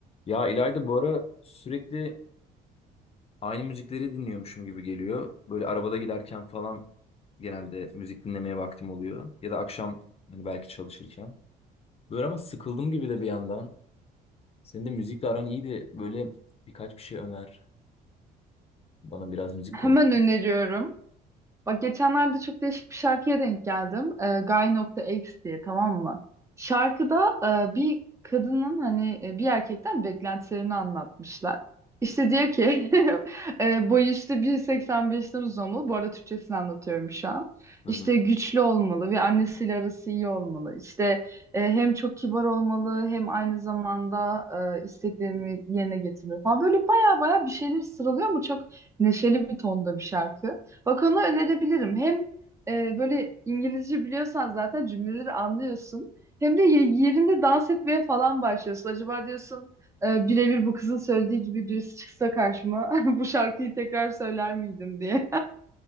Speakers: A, on the left (about 35°); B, on the right (about 15°).
A: Ya İlayda bu ara sürekli aynı müzikleri dinliyormuşum gibi geliyor. Böyle arabada giderken falan genelde müzik dinlemeye vaktim oluyor. Ya da akşam hani belki çalışırken. Böyle ama sıkıldım gibi de bir yandan. Senin de müzikle aran iyiydi. Böyle birkaç bir şey öner. Bana biraz müzik
B: Hemen
A: konuş.
B: öneriyorum. Bak geçenlerde çok değişik bir şarkıya denk geldim. Ee, Guy.X diye tamam mı? Şarkıda e, bir kadının hani e, bir erkekten beklentilerini anlatmışlar. İşte diyor ki <laughs> e, boyu işte 1.85'ten uzun olmalı. Bu arada Türkçesini anlatıyorum şu an.
A: Hı
B: İşte
A: hı.
B: güçlü olmalı ve annesiyle arası iyi olmalı. İşte e, hem çok kibar olmalı hem aynı zamanda e, isteklerimi yerine getirmeli falan. Böyle baya baya bir şeyler sıralıyor ama çok neşeli bir tonda bir şarkı. Bak onu önerebilirim. Hem e, böyle İngilizce biliyorsan zaten cümleleri anlıyorsun. Hem de ye- yerinde dans etmeye falan başlıyorsun. Acaba diyorsun e, birebir bu kızın söylediği gibi birisi çıksa karşıma <laughs> bu şarkıyı tekrar söyler miydim diye.